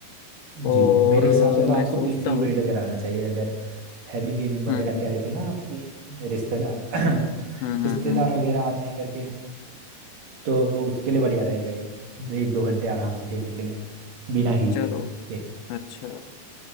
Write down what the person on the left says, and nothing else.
और
अ,
मैं
सोचता
हूँ
हम्म हम्म
हम्म हम्म
हम्म,
चलो
अच्छा